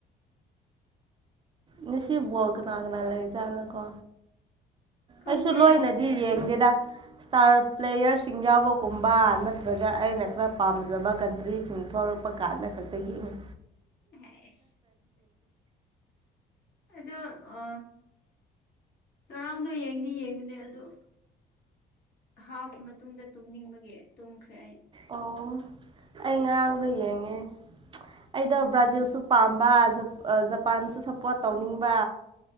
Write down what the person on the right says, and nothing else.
ꯉꯁꯤ ꯕꯣꯜ ꯀꯅꯥ ꯀꯅꯥ ꯂꯩꯖꯥꯠꯅꯣ ꯀꯣ
ꯑꯩꯁꯨ ꯂꯣꯏꯅꯗꯤ ꯌꯦꯡꯗꯦꯗ ꯏꯁꯇꯥꯔ ꯄ꯭ꯂꯦꯌꯔꯁꯤꯡ ꯌꯥꯎꯕꯒꯨꯝꯕ ꯅꯠꯇ꯭ꯔꯒ ꯑꯩꯅ ꯈꯔ ꯄꯥꯝꯖꯕ ꯀꯟꯇ꯭ꯔꯤꯁꯤꯡ ꯊꯣꯛꯂꯛꯄ ꯀꯥꯂ ꯈꯛꯇ ꯌꯦ <unintelligible>
ꯑꯣ ꯑꯩ ꯉꯔꯥꯡꯗꯣ ꯌꯦꯡꯉꯦ ꯑꯩꯗ ꯕ꯭ꯔꯥꯖꯤꯜꯁꯨ ꯄꯥꯝꯕ ꯖꯄꯥꯟꯁꯨ ꯁꯄꯣꯔꯠ ꯇꯧꯅꯤꯡꯕ